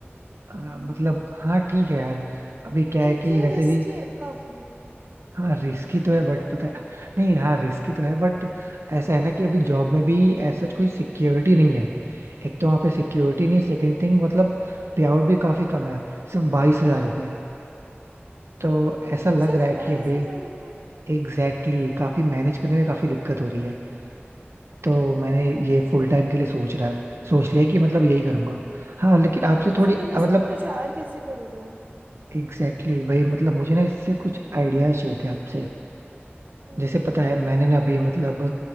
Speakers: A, on the right; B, on the right.
A: अ, मतलब
B: क्यों-
A: हाँ ठीक है यार अभी क्या
B: क्योंकि
A: है कि
B: ये
A: वैसे
B: रिस्की
A: भी
B: है काफी
A: हाँ रिस्की तो है बट पता है नहीं हाँ रिस्की तो है बट ऐसा है ना कि अभी जॉब में भी ऐसा कोई सिक्योरिटी नहीं है एक तो वहाँ पे सिक्योरिटी नहीं है सेकंड थिंग मतलब पे आउट भी काफी कम है सिर्फ बाईस हजार रुपए तो ऐसा लग
B: सिर्फ
A: रहा है
B: बाईस
A: कि अभी
B: हजार रुपए
A: एग्जैक्टली exactly, काफी मैनेज करने में काफी दिक्कत हो रही है तो मैंने ये फुल टाइम के लिए सोच रहा सोच लिया कि मतलब यही करूंगा हाँ लेकिन आपसे
B: तो फिर
A: थोड़ी
B: तुम इसका
A: मतलब
B: प्रचार कैसे करोगे
A: एग्जैक्टली exactly, वही मतलब मुझे ना इससे कुछ आइडियाज चाहिए थे आपसे
B: हम्म
A: जैसे पता है मैंने ना अभी मतलब